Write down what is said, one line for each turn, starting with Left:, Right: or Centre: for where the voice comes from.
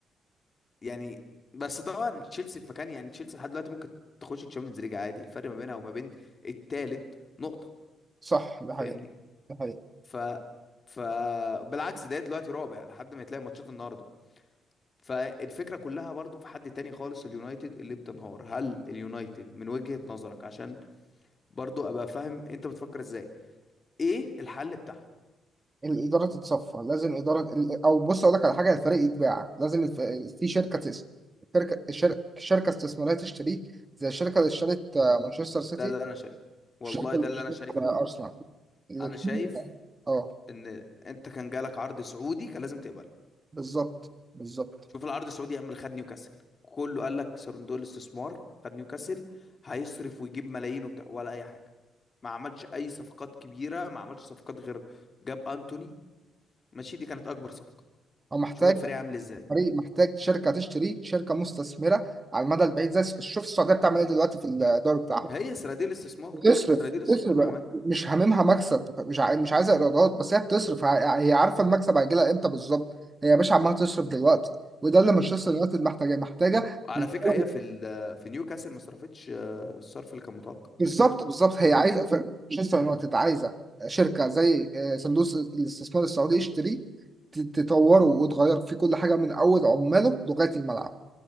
Left: يعني بس طبعا تشيلسي في مكان يعني تشيلسي لحد دلوقتي ممكن تخش الشامبيونز ليج عادي الفرق ما بينها وما بين التالت نقطة
Right: صح ده
Left: فاهمني
Right: حقيقة ده حقيقة
Left: ف ف بالعكس ده دلوقتي رابع لحد ما يتلاقي ماتشات النهارده فالفكرة كلها برضو في حد تاني خالص اليونايتد اللي بتنهار هل اليونايتد من وجهة نظرك عشان برضو ابقى فاهم انت بتفكر ازاي ايه الحل بتاعها
Right: الإدارة تتصفى لازم إدارة ال- أو بص أقول لك على حاجة الفريق يتباع لازم الف... في شركة تس... الشركة الشر- شركة استثمارية تشتريه زي الشركة اللي اشترت آه، مانشستر سيتي
Left: ده اللي انا شايفه والله
Right: والشركة اللي
Left: ده اللي
Right: اشترت
Left: انا شايفه
Right: آه، أرسنال الاتنين
Left: انا شايف
Right: اه
Left: ان انت كان جالك عرض سعودي كان لازم تقبله
Right: بالظبط بالظبط
Left: شوف العرض السعودي يعمل خد نيوكاسل كله قال لك صندوق الاستثمار خد نيوكاسل هيصرف ويجيب ملايين وبتاع ولا اي حاجه ما عملش اي صفقات كبيره ما عملش صفقات غير جاب انتوني ماشي دي كانت اكبر صفقه
Right: هو محتاج
Left: شوف الفريق عامل ازاي
Right: فريق محتاج شركه تشتريه شركه مستثمره على المدى البعيد زي شوف السعوديه بتعمل ايه دلوقتي في الدوري بتاعهم
Left: هي صناديق الاستثمار
Right: بتصرف
Left: صناديق
Right: بتصرف
Left: الاستثمار
Right: بقى.
Left: بامان
Right: مش هاممها مكسب مش عاي... مش عايزه ايرادات بس هي بتصرف ع- هي عارفه المكسب هيجي لها امتى بالظبط هي يا باشا عماله تصرف دلوقتي وده اللي مانشستر يونايتد محتاجاه محتاجه
Left: وعلى
Right: من
Left: فكره
Right: اول
Left: هي في ال- في نيوكاسل ما صرفتش آه، الصرف اللي كان متوقع
Right: بالظبط بالظبط هي عايزه ف- مانشستر يونايتد عايزه شركه زي آه، صندوق الاستثمار السعودي يشتريه ت- تطوره وتغير فيه كل حاجه من اول عماله لغايه الملعب